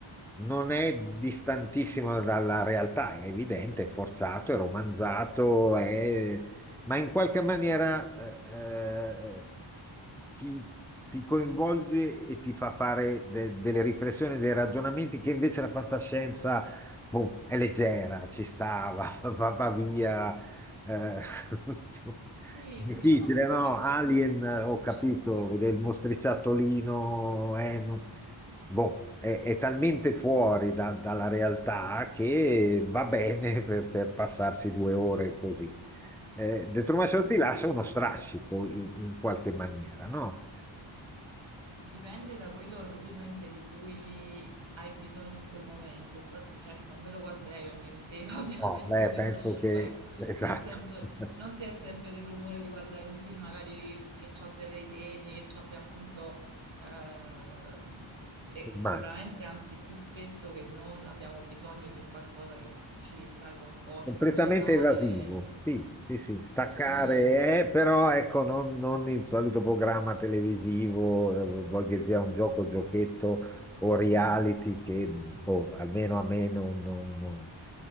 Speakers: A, in the centre; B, on the right.
A: non è distantissimo dalla realtà, è evidente, è forzato, è romanzato, è- ma in qualche maniera eh, eh, ti, ti
B: Sì,
A: coinvolge e ti fa fare de- delle riflessioni, dei ragionamenti che invece la fantascienza boh, è leggera, ci stava, <laughs> va, va via. eh, <laughs>
B: sì,
A: difficile,
B: diciamo
A: no?
B: che forse
A: Alien, eh, ho capito,
B: certi...
A: del mostriciattolino, eh, non-
B: eh,
A: boh, è, è talmente fuori da- dalla realtà che va bene <laughs> per, per passarsi due ore così. Eh, The Truman
B: sì,
A: Show ti
B: sì.
A: lascia uno strascico in, in qualche maniera, no?
B: Dipende da quello probabilmente di cui hai bisogno in quel momento, infatti cioè, non me lo guarderei ogni sera <laughs> ovviamente
A: No, beh,
B: The Truman
A: penso
B: Show,
A: che...
B: ecco,
A: Esatto.
B: nel senso
A: <laughs>
B: non si è sempre dell'umore di guardare un film magari che ci abbia dei temi, che ci abbia appunto ehm, e
A: Immagino.
B: sicuramente anzi più spesso che non abbiamo bisogno di un qualcosa che ci distragga un po',
A: Completamente
B: ci faccia evadere,
A: evasivo, sì, sì, sì, staccare,
B: sì.
A: eh, però ecco, non, non il solito programma televisivo, eh, vuoi che sia un gioco, giochetto o reality
B: Mm.
A: che, boh, almeno a me non, non- non-